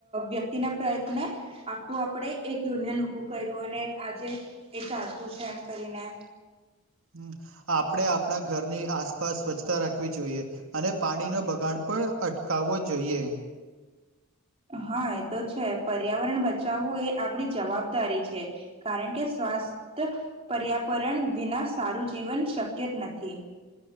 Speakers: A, on the right; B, on the right.
A: વ્યક્તિના પ્રયત્ને આખું આપણે એક યુનિયન ઉભું કર્યું. અને આજે એ ચાલતું છે એમ કરીને.
B: હમ્મ. આપળે આપળા ઘરની આસપાસ સ્વચ્છ તા રાખવી જોઈએ અને પાણીનો બગાડ પણ અટકાવવો જોઈએ.
A: હા, એ તો છે. પર્યાવરણ બચાવવું એ આપણી જવાબદારી છે. કારણ કે, સ્વાસ્થ પર્યાપરણ દીના સારું જીવન શક્ય જ નથી.